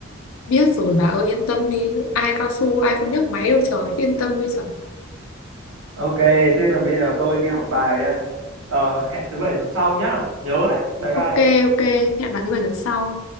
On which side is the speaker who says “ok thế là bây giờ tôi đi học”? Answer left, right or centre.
Right